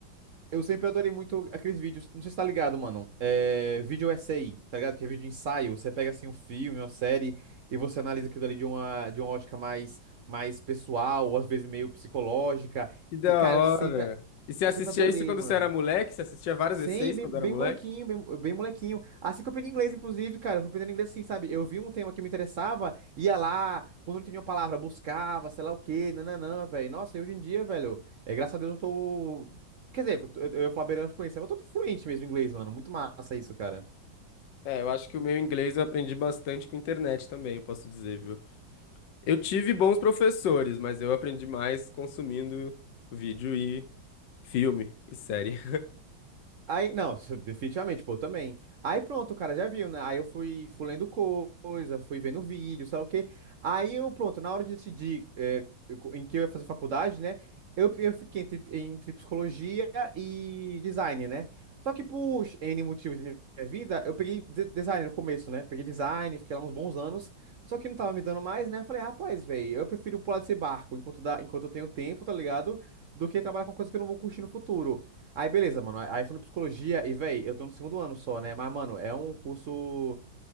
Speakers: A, on the right; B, on the left.
A: Eu sempre adorei muito aqueles vídeos. Não sei se tá ligado, mano. É, vídeo essay, tá ligado? Que é vídeo ensaio. Você pega assim um filme, uma série, e você analisa aquilo ali de uma, de uma ótica mais, mais pessoal, ou às vezes meio psicológica.
B: Que da
A: E, cara,
B: hora!
A: eu sempre,
B: E você assistia
A: eu sempre adorei,
B: isso quando
A: mano.
B: você era moleque? Você assistia várias
A: Sim,
B: E6
A: bem,
B: quando
A: bem
B: era moleque?
A: molequinho, bem, bem molequinho. Assim que eu aprendi inglês, inclusive, cara, eu fui aprendendo inglês assim, sabe? Eu vi um tema que me interessava, ia lá, quando não entendia uma palavra, buscava, sei lá o quê, nananã, velho. Nossa, e hoje em dia, velho, é, graças a Deus eu tô. Quer dizer, eu, eu ia falar beirando fluência, mas eu tô fluente mesmo em inglês, mano. Muito massa isso, cara.
B: É, eu acho que o meu inglês eu aprendi bastante com internet também, eu posso dizer, viu? Eu tive bons professores, mas eu aprendi mais consumindo vídeo e filme e série.
A: Aí, não, isso definitivamente, pô, também. Aí pronto, o cara já viu, né? Aí eu fui, fui lendo co- coisa, fui vendo vídeo, sei lá o quê. Aí eu, pronto, na hora de decidir é, eu co- em que eu ia fazer faculdade, né? Eu, eu fiquei entre, entre psicologia e design, né? Só que por N motivos da minha vida, eu peguei de- design no começo, né? Peguei design, fiquei lá uns bons anos. Só que não tava me dando mais, né? Eu Falei, rapaz, velho, eu prefiro pular desse barco enquanto, dá, enquanto eu tenho tempo, tá ligado? Do que trabalhar com coisa que eu não vou curtir no futuro. Aí, beleza, mano. Aí fui no psicologia e, véi, eu tô no segundo ano só, né? Mas, mano, é um curso